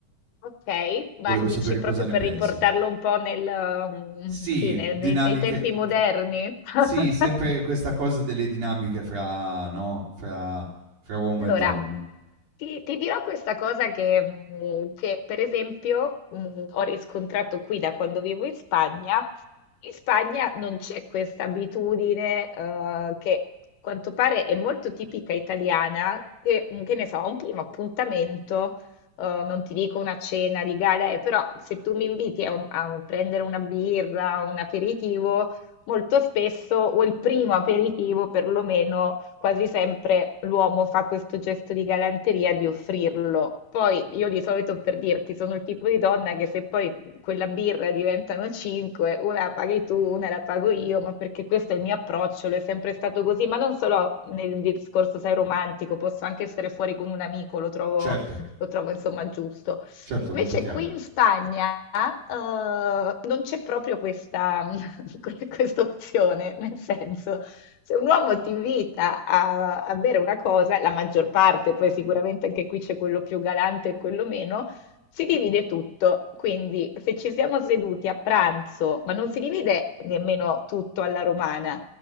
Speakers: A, on the left; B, on the right.
A: ok, ma
B: Volevo
A: dici
B: sapere cosa
A: proprio
B: ne
A: per
B: pensi.
A: riportarlo un po' nel, mm,
B: Sì,
A: sì, nei,
B: dinamiche
A: nei- nei tempi
B: d
A: moderni? <laughs>
B: sì, sempre questa cosa delle dinamiche fra no, fra fra uomo
A: Allora,
B: e donna.
A: ti, ti dirò questa cosa che, mm, che, per esempio, mm, ho riscontrato qui da quando vivo in Spagna. In Spagna non c'è questa abitudine, eh, che a quanto pare è molto tipica italiana, che, mm, che ne so, un primo appuntamento, eh, non ti dico una cena di gala, eh, però se tu mi inviti a, un- a prendere una birra, un aperitivo, molto spesso, o il primo aperitivo perlomeno, quasi sempre l'uomo fa questo gesto di galanteria di offrirlo. Poi io di solito per dirti sono il tipo di donna che se poi quella birra diventano cinque, una la paghi tu, una la pago io, ma perché questo è il mio approccio, lo è sempre stato così, ma non solo nel discorso, sai, romantico, posso anche essere fuori con un amico, lo trovo,
B: Certo,
A: lo trovo insomma giusto.
B: certo,
A: Invece
B: molto chiaro.
A: qui in Spagna eh, non c'è proprio questa, <laughs> questa opzione, nel senso, se un uomo ti invita a, a bere una cosa, la maggior parte, poi sicuramente anche qui c'è quello più galante e quello meno, si divide tutto, quindi se ci siamo seduti a pranzo, ma non si divide nemmeno tutto alla romana,